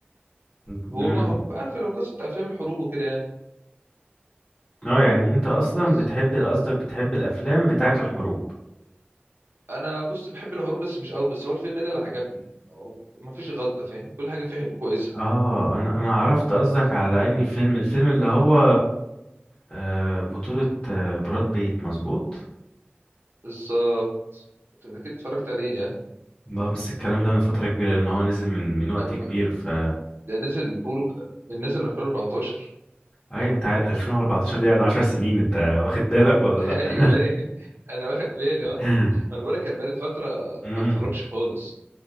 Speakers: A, on the left; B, on the right.
A: امم
B: هو ما هو عارف لو قصة أفلام الحروب وكده يعني
A: اه يعني انت اصلا
B: بس
A: بتحب قصدك بتحب الافلام بتاعه الحروب
B: أنا بص بحب الحروب بس مش قوي بس هو الفيلم ده اللي عجبني يعني هو ما فيش غلطة فاهم كل حاجة فيه كويسة
A: اه انا انا عرفت قصدك على اني فيلم الفيلم اللي هو آه، بطولة آه، براد بيت مظبوط
B: بالظبط أنت أكيد اتفرجت عليه يعني
A: ما بس الكلام ده من فترة كبيرة لان هو نزل من من وقت
B: قبل ما-
A: كبير ف
B: ده نزل بيقولوا ك- من نزل 2014
A: اي انت عارف 2014 دي يعني 10 سنين انت واخد بالك ولا
B: <laughs>
A: لا
B: أيوه أيوه أنا واخد بالي
A: <laughs>
B: أه ما أنا بقولك كان بقالي فترة
A: امم
B: ما بتفرجش خالص